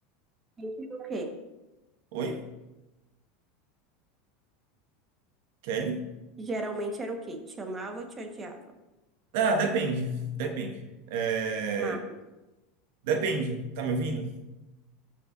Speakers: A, on the right (about 25°); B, on the right (about 65°).
A: Geralmente era o quê?
B: Oi, Kelly?
A: Geralmente era o quê? Te amava ou te odiava?
B: Ah, depende. Depende. É,
A: Marcos,
B: Depende. Tá me ouvindo?